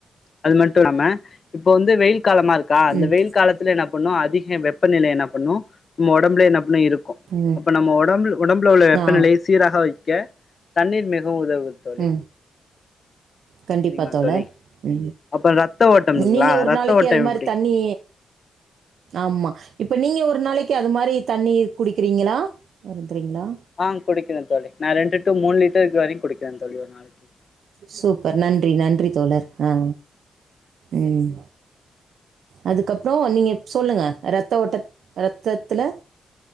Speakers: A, on the left; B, on the right.
A: அது மட்டும் இல்லாம இப்போ வந்து வெயில் காலமா இருக்கா இந்த
B: ம்.
A: வெயில் காலத் என்ன பண்ணு அதிகோ வெப்பநிலை என்ன பண்ணு நம்ம உடம்புல என்ன பண்ணு இருக்கு
B: ம்.
A: அப்ப நம்ம உடம்பு உடம்புல உள்ள வெப்பநிலையை
B: ஆ
A: சீராக வைக்க தண்ணீர் மிகவு உதவுது தோழி
B: உ கண்டிப்பா
A: சரிங்களா
B: தோழர்
A: தோழி
B: உ
A: அப்ப ரத்த ஓட்டம் இருக்குங்களா
B: நீங்க ஒரு
A: ரத்த
B: நாளைக்கு
A: ஓட்டம்
B: அது மாதிரி
A: எப்டி
B: தண்ணி ஆமா இப்ப நீங்க ஒரு நாளைக்கு அது மாதிரி தண்ணீர் குடிக்கிறீங்களா வருந்துறீங்களா
A: ஆ குடிக்கிறே தோழி நா ரெண்டு டு மூணு லீட்டர் இதுவரைக்கு குடிக்கிறே தோழி ஒரு நாளைக்கி
B: சூப்பர் நன்றி நன்றி தோழர் ஆ ம் அதுக்கப்றோ நீங்க சொல்லுங்க ரத்த ஓட்ட ரத்தத்துல